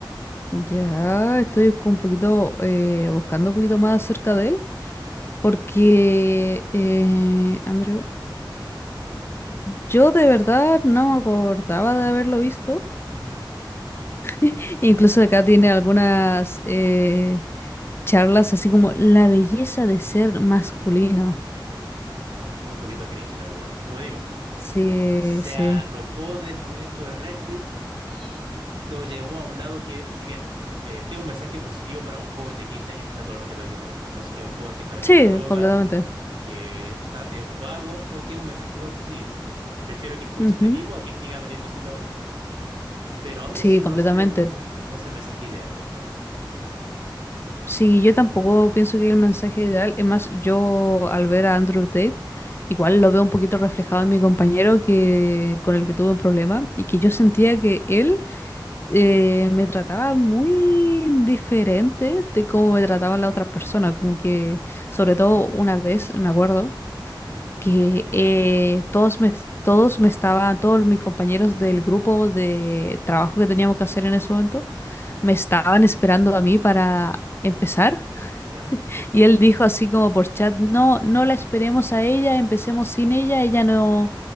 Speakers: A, on the left; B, on the right.
A: Ya, estoy con un poquito, eh, buscando un poquito más acerca de él, porque, eh, Andrew, yo de verdad no me acordaba de haberlo visto.
B: Ujú.
A: <laughs> Incluso acá tiene algunas, eh, charlas así como la belleza de ser masculino.
B: Sí, es un poquito cringe, la verdad. Como digo,
A: Sí,
B: se
A: sí.
B: arropó del movimiento del Red Pill y lo llevó a un lado que, si bien eh, eh, tiene un mensaje positivo para un joven de 15 años que está totalmente perdido en la vida, ya es que es un joven que está metido
A: Sí,
B: en la droga,
A: completamente.
B: que no está, es un vago, eh, tiene un mensaje igual positivo. Prefiero que escuche
A: Ujú.
B: a este tipo a que siga metiéndose en la droga, por ejemplo. Pero aún
A: Sí,
B: así no
A: completamente.
B: es el, no es el mensaje ideal, yo encuentro.
A: Sí, yo tampoco pienso que el mensaje ideal, es más, yo al ver a Andrew Tate, igual lo veo un poquito reflejado en mi compañero que con el que tuve un problema y que
B: Ujú,
A: yo sentía que él eh, me trataba muy diferente de cómo me trataban las otras personas, como que sobre todo una vez, me acuerdo.
B: ujú,
A: que eh, todos me, todos me estaban, todos mis compañeros del grupo de trabajo que teníamos que hacer en ese momento,
B: ujú,
A: me estaban esperando a mí para empezar. <laughs>
B: ¿Ya?
A: Y él dijo así como por chat, no, no la esperemos a ella, empecemos sin ella, ella no,